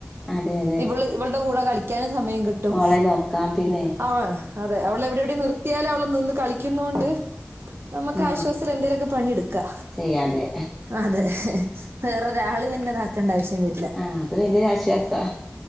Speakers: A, in the centre; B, on the right.
A: അതെ അതെ
B: ഇവള് ഇവളുടെ കൂടെ കളിക്കാനും സമയം കിട്ടും.
A: മോളെ നോക്കാം പിന്നെ
B: അവ അതെ അവള് എവിടെ എവിടെ നിർത്തിയാലും അവള് നിന്ന് കളിക്കുന്നൊണ്ട് നമുക്ക്
A: ആ
B: ആശ്വാസൽ എന്തേലൊക്കെ പണിയടുക്കാ.
A: ചെയ്യാതെ
B: അതെ, വേറൊരാള് പിന്നെ ഇതാക്കേണ്ട ആവശ്യ ന്ന് വെരില്ല
A: ആ അത് വല്യൊരു ആശ്വാസാ